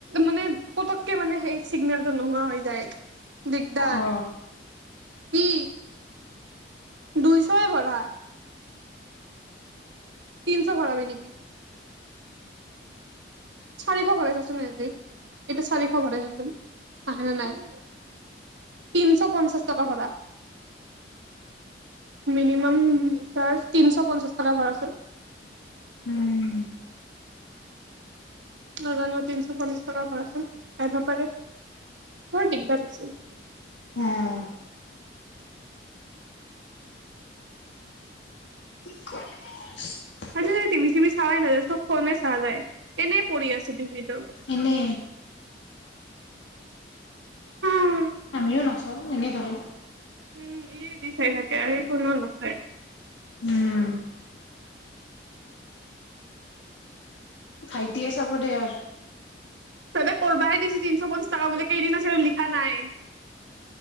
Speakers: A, on the right; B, on the left.
A: মানে পতককে মানে সেই চিগনেলটো নোহোৱা হৈ যায় দিগদাৰ
B: অ
A: কি? দুইশই ভৰা তিনিশ ভৰাবি নেকি? চাৰিশ ভৰাইচাচোন আজি এইটো চাৰিশ ভৰাইচাচোন আহে না নাই তিনিশ পঞ্চাশ টকা ভৰা মিনিমাম ৰিচাৰ্জ তিনিশ পঞ্চাশ টাকা ভৰাচোন
B: উম
A: নাজানো তিনিশ চল্লিছ টাকা ভৰাচোন আহিবা পাৰে বৰ দিগদাৰ হৈছে
B: অহ কি <unintelligible>
A: আজিকালি টিভি চিভি চাৱাই নাযায় চব ফোনে চাৱা যায় এনেই পৰি আছে টিভিটো
B: এনে
A: উম
B: আমিও নাচাও এনে ধৰে
A: উম ই দি চাই থাকে আৰু স কোনো নাচাই
B: উম ভাইটিয়ে চাব দে আৰ
A: সিহঁতে কৰবাহে দিছি তিনশ পঞ্চাশ টাকা বুলি কেইদিন আছিল লিখা নাই